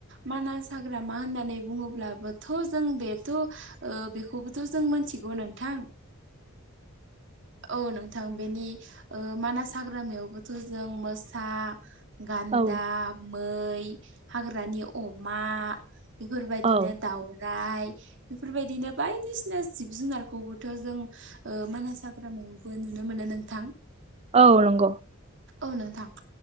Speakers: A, on the right; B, on the right.
A: मानास हाग्रामा होननानै बुङोब्लाबोथ' जों बेथ' ओ बेखौ जों मिथिगौ नोंथां औ नोंथां बेनि ओ मानास हाग्रामायावबोथ' जों मोसा गान्दा
B: औ
A: मै हाग्रानि अमा। बेफोरबायदिनो
B: औ।
A: दावराइ। बेफोरबायदिनो बायदिसिना जिब जुनारखौबोथ' जों मानास हाग्रामायावबो नुनो मोनो नोंथां।
B: औ नंगौ।
A: औ नोंथां